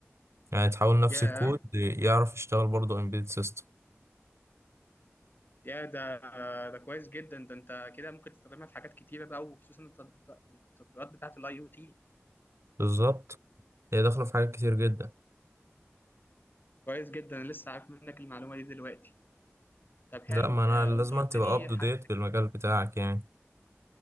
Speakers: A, on the right; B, on the left.
A: يعني تحاول نفس
B: يا
A: الكود يعرف يشتغل برضه أمبيد سيستم
B: يا ده ده كويس جدا ده انت كده ممكن تستخدمها في حاجات كتيره بقى وخصوصا التطبيق- التطبيقات بتاعه الاي او تي
A: بالظبط هي داخلة في حاجات كتير جدا
B: كويس جدا أنا لسه عارف منك المعلومه دي دلوقتي طب حلو
A: لا ما
B: آه،
A: أنا لازم
B: انت قلت
A: تبقى
B: لي
A: أب تو
B: حاجه
A: ديت بالمجال بتاعك يعني